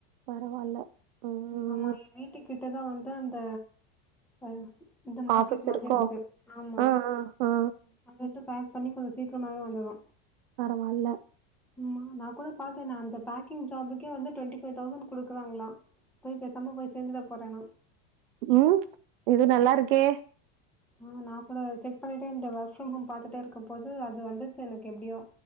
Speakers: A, on the right; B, in the centre.
A: பரவால்ல ம்
B: ஆமா எ வீட்டுக்கிட்டதா வந்து அந்த அ இந்த மார்க்கெட்
A: ஆஃபீஸ்
B: மாத்ரி
A: இருக்கோ
B: இருக்கு ஆமா
A: ஆ ஆ ஆ ஆ
B: அங்கருந்து பேக் பண்ணி கொஞ்ச சீக் கிமாவே வந்துரு
A: பரவால்ல
B: சும்மா நா கூட பாத்த அந்த பேக்கிங் ஜாபுக்கே வந்து டுவெண்டி ஃபைவ் தௌசண்ட் குடுக்குறாங்களா போய் பேசாம போய் சேந்துட போற நா
A: ம் இது நல்லாருக்கே
B: ஆ நான் கூட செக் பண்ணிட்டேன் இந்த வொர்க் ஃப்ரம் ஹோம் பாத்துட்டே இருக்கும் போது அது வந்துச்சு எனக்கு எப்படியோ